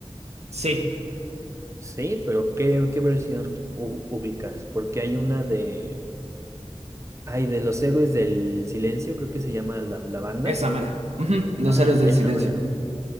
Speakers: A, on the right; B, on the right.
A: Sí,
B: Sí, pero ¿qué, qué versión u- ubicas? Porque hay una de. Ay, de los héroes del silencio, creo que se llama la, la banda.
A: esa mera. Ujú, Los
B: Ah,
A: héroes del
B: esa
A: silencio.
B: mera.